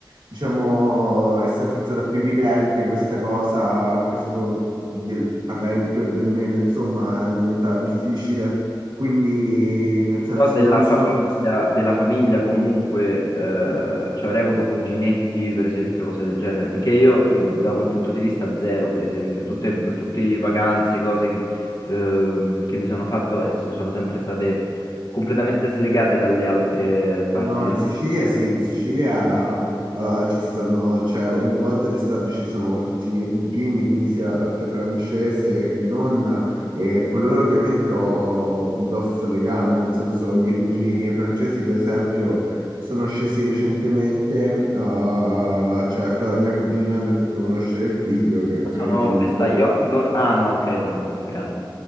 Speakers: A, on the right; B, on the left.
A: diciamo, è sempre stata più evidente questa cosa, anche solo del parlare del più e del meno, insomma, diventava difficile. Quindi, nel senso,
B: Però della
A: non sono
B: famiglia,
A: per...
B: della famiglia comunque eh, cioè avrei avuto cuginetti, per esempio, cose del genere. Perché io eh, da quel punto di vista zero, per esempio, tutte, tutte le vacanze, cose che, ehm, che mi sono fatto eh, sono sempre state completamente slegate dalle altre parti
A: No,
B: della
A: in Sicilia
B: famiglia.
A: sì, in Sicilia eh, ci stanno, cioè ogni volta d'estate ci sono tutti i miei cugini, quindi sia la parte francese che non, e con loro ovviamente ho un grosso legame, nel senso i miei cugini francesi, per esempio, sono scesi recentemente, eh, cioè Flora, mia cugina, mi ha fatto conoscere il figlio, che è
B: Ma
A: praticamente
B: sono
A: mio
B: festaioli
A: nipote.
B: loro? Ah no, ok, sono più grandi.